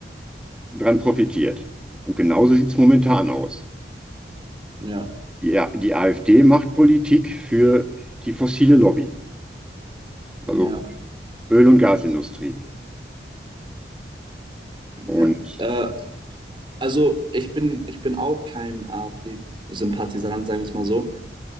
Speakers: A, in the centre; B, on the right.
A: dran profitiert. Und genauso sieht es momentan aus.
B: ja,
A: Die, A- die AfD macht Politik für die fossile Lobby,
B: ja,
A: also Öl- und Gasindustrie. Und
B: ja. Äh, Also ich bin, ich bin auch kein AfD-Sympathisant, sagen wir es mal so.